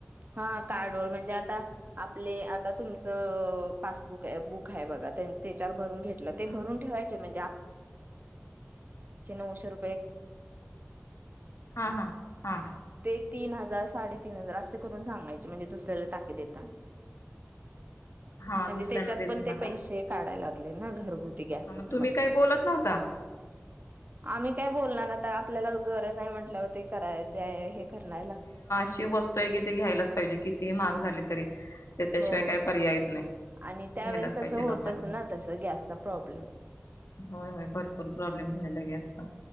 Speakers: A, on the right; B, on the left.
A: हा कार्ड व म्हणजे आता आपले आता तुमचं पासबुक आहे बुक आहे बघा त्यां ते चार भरून घेतलं ते
B: हा
A: भून ठेवायचे म्हणज ऊश र
B: हा हा हा
A: त ह सा तीन हजार असे करून सांगाय म्हणजे दुसऱ्याला टाके दता
B: हा
A: म्हणजे
B: दुसऱ्यांना
A: त्याच्यात
B: देताना
A: पण ते पैसे
B: का
A: काढायला लागले ना घर ुती गॅस
B: हा मग
A: म
B: तुम्ही काही
A: पण
B: बोलत नव्हता
A: आम्ही काय बोलणार आता आपल्याला गरज नाही म्हंटल्यावर ते कराय द्या हे करराला
B: अ वस्तू आहेि ते घ्यायलाच पाहिजे कितीही महाग झाली तरी त्याच्याशिवाय
A: हो
B: काही पर्यायच नाही
A: आणि त्यावेेळेस
B: घ्यायलाच
A: तसं
B: पाहिजे
A: होतच
B: लोकांना
A: ना तस गॅसचा प्रॉब्लेम
B: होय होय भरपूर प्रॉब्लेम झालेला गे याचा